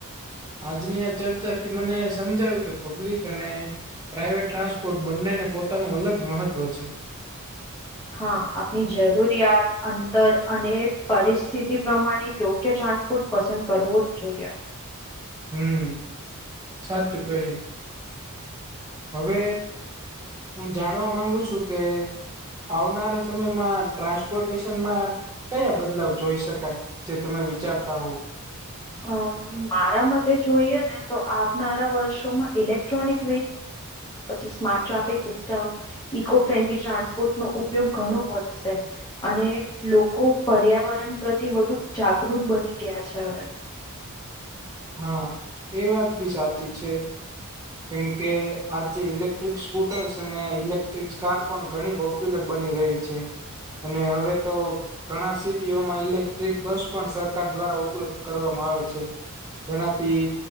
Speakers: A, on the right; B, on the left.
A: આજની આ ચર્ચા થી મને સમજાયું, કે પબ્લિક અને પ્રાઈવેટ ટ્રાન્સપોર્ટ બંનેને પોતાનું અલગ મહત્વ છે.
B: હા. આપની જરૂરિયાત, અંતર અને પરિસ્થિતી પ્રમાણે યોગ્ય ટ્રાન્સપોર્ટ પસંદ કરવો જ જોઈએ.
A: હમ્મ. સાચું કહ્યું. હવે, હું જાણવા માંગુ છું કે આવનારા સમયમાં ટ્રાન્સપોર્ટેશનમાં કયા બદલાવ જોઈ શકાય જે તમે વિચારતા હોવ
B: અ મારા મતે જોઈએ ને તો આવનારા વર્ષોમાં ઇલેક્ટ્રોનિક છે smart traffic system, eco friendly transport નો ઉપયોગ ઘણો વધશે. અને લોકો પર્યાવરણ પ્રતિ વધુ જાગૃત બની ગયા છે હવે.
A: હા એ વાત બી સાચી છે. કેમ કે આજે ઇલેક્ટ્રિક સ્કૂટર્સ અને ઇલેક્ટ્રિક કાર પણ ઘણી બહ લ બની રહી છે. અને હવે તો ઘણા સિટીઓમાં ઇલેક્ટ્રિક બસ પણ સરકાર દ્વારા ઉપલબ્ધ કરવામાં આવે છે. જેનાથી